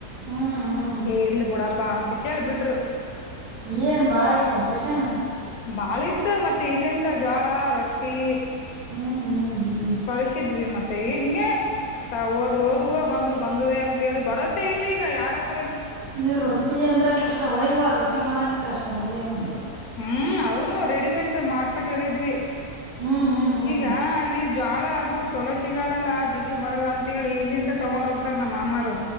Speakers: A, on the right; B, on the left.
A: ಹ್ಮ್ ಹ್ಮ್
B: ಏ ಇರ್ಲಿ ಬಿುಡಾಪ್ಪಾ ಅನ್ಕಷೇಳ್ ಬಿಿಟ್ರು.
A: ಏನ್ ಭಾಳ ಐತನ್ರಿಷನ್.
B: ಬಾಳ ಇತ್ತು ಮತ್ತೆ ಇಲ್ಲಿಂತ ಜೋಳ ರೊಟ್ಟಿ.
A: ಹ್ಮ್ ಹ್ಮ್ ಹ್ಮ್.
B: ಕಳಸಿದ್ವಿ ಮತ್ತೆ ಹಿಂಗೆ ತಾ ಹೋದ್ರು ಓದುವ ಬಂದ್ರು ಬಂದುವೇ ಅಂತೇಳಿ ಭರೋಸೆ ಇಲ್ಲಿ. ಈಗ ಯಾರತ್ರ.
A: ಈ ರೊಟ್ಟಿ ಅಂದ್ರೆ ಕಷ್ಟ ವಯ್ವ ರೊಟ್ಟಿ ಮಾಡಕ ಕಷ್ಟ ಮೊದ್ಲೇವತ್ತು.
B: ಹ್ಮ್ ಅವನು ರೆಡಿಮೆಂಟ್ ಮಾಡ್ಸಕ್ ಹೇಳಿದ್ವಿ
A: ಹ್ಮ್ ಹ್ಮ್ ಹ್ಮ್
B: ಈಗ ಅಲ್ಲಿ. ಜಳ ಅದು ಛಲೋ ಸಿಗಾಲಲ್ಲ ಆ ಜಿಗಿ ಬರಲ್ಲ ಅಂತ ಹೇಳಿ ಇಲ್ಲಿಂತ ತಗೊಂಡ್ ಹೋಗ್ತಾರ ನಮ್ಮ ಮಾಮ್ಮರು.